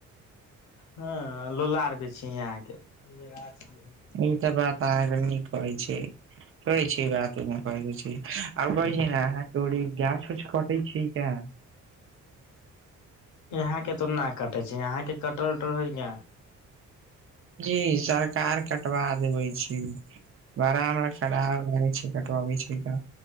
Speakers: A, on the left; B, on the right.
A: हँ लोला आर बे यहाँके <unintelligible>
B: ई तॅं बात अहाँके नीक कहै छै कहै छै ई बात आ कहै छै ने ह त ओ ई <unintelligible> गाछ-उछ कटै छै <unintelligible>
A: यहाके तो न कटे छै यहाके कटल-उटर हय ने?
B: जी सरकार कटवा देबै छै। बड़ा हमरा खराब लागै छै कटबाबै छै तँ